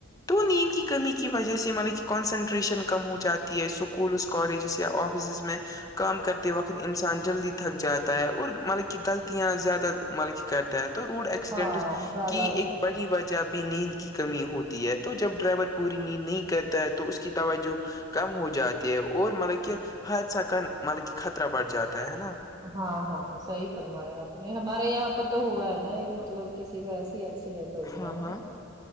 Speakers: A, on the left; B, on the right.
A: تو نیند کی کمی کی وجہ سے یہ مطلب کہ کنسنٹریشن کم ہو جاتی ہے اسکولز کالجز یا آفسز میں کام کرتے وقت انسان جلدی تھک جاتا ہے اور ملک کہ غلطیاں زیادہ ملک کرتا ہے تو روڈ ایکسیڈنٹس
B: ہاں زیادہ
A: کی
B: ہوتا
A: ایک
B: ہے
A: بڑی وجہ بھی نیند کی کمی ہوتی ہے تو جب ڈرائیور پوری نیند نہیں کرتا ہے تو اس کی توجہ کم ہو جاتی ہے اور ملک کہ حادثہ کا ملک کہ خطرہ بڑھ جاتا ہے نا
B: ہاں ہاں صحیح فرمایا آپ نے ہمارے یہاں پہ تو ہوا ہے نا ایک مطلب کسی کا ایسا ایکسیڈینٹ ہو گیا
A: ہاں
B: ہے
A: ہاں
B: نا